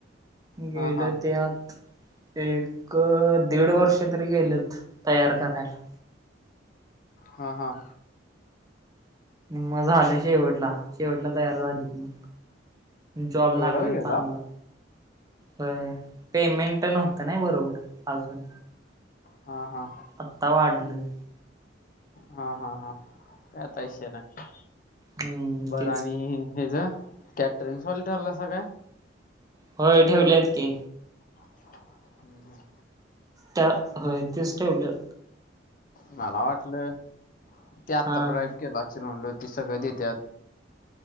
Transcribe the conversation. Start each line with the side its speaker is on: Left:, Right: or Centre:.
Left: हा
Right: गेलं
Left: हा
Right: ते आत. एक दीड वर्ष तरी गेलेत तयार करायला.
Left: हां हां.
Right: म झालं शेवटला शेवटला तयार झालीत मग. जॉब लागले
Left: एवढा वेळ गेला
Right: चांगला होय पेमें ट नव्हतं नाय बरोबर अजून
Left: हा हा.
Right: आता वाढलं.
Left: हा हा हा काय आता विषय नाय.
Right: हम्म
Left: बरं
Right: तेच
Left: आणि
Right: की
Left: हेजा कॅटरिंगस वाली ठरलंसं काय?
Right: होय ठेवल्यात की.
Left: हम्म हम्म.
Right: त्या होय तेच ठेवलं.
Left: मला वाटलं ते आता
Right: हा
Left: ब्राइप केलं असेल म्हणल ते सगळं देत्यात